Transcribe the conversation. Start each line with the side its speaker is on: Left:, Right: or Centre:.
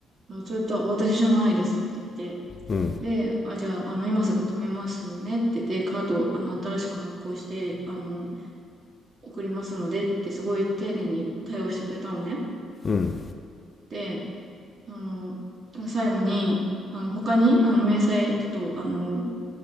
Right: う、あそういった私じゃないですって言って、
Left: うん。
Right: で、あ、じゃあ、あの、今すぐ止めますねって、で、カード、あの、新しく発行して、あの、送りますのでってすごい丁寧に対応してくれたのね。
Left: うん。
Right: で、あの、最後に、あの、他に、あの、明細、ちょっと、あの、